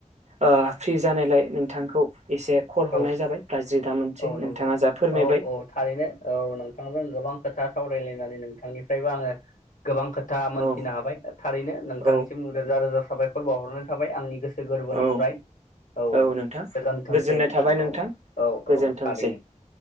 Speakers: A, on the right; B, on the left.
A: ओ फ्रि जानायलाय नोंथांखौ एसे कल हरनाय
B: औ
A: जाबाय। गाज्रि दामोनसै
B: औ
A: नोंथाङा
B: नंगौ
A: जा फोरमायबाय।
B: औ औ थारैनो औ नोंथांजों गोबां खोथा सावरायलायनानै नोंथांनिफ्रायबो आङो गोबां खोथा मोनथिनो
A: औ
B: हाबाय थारैनो नोंथांनिसिम
A: औ
B: रोजा रोजा साबायखर बावहरनाय थाबाय आंनि गो गोसो गोरबोनिफ्राय
A: औ
B: गोजोन
A: औ नोंथां
B: थैसै
A: गोजोननाय
B: नोंथां
A: थाबाय
B: औ औ। औ
A: गोजोनथोंसै
B: थारैनो